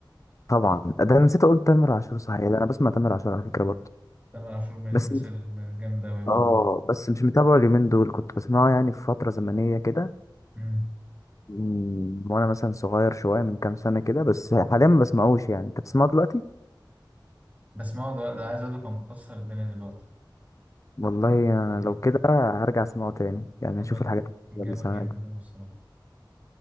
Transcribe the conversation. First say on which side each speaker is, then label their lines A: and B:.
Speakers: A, on the left; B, on the right.
A: طبعا ده انا نسيت اقول تامر عاشور صحيح ده انا بسمع تامر عاشور على فكره برضه
B: تامر عاشور من
A: بس
B: الناس
A: مش
B: الجامدة أوي برضه
A: اه بس مش متابعه اليومين دول كنت بسمعه يعني في فتره زمنيه كده
B: مم.
A: من- وانا مثلا صغير شويه من كام سنه كده بس حاليا ما بسمعوش يعني انت بتسمعه دلوقتي
B: بس ما هو ده, ده عايز أقول لك هو مكسر الدنيا دلوقتي
A: والله انا
B: مم.
A: لو كده هرجع اسمعه تاني يعني
B: جامد
A: اشوف الحاجات
B: جامد
A: اللي سمعت
B: جدا أوي الصراحة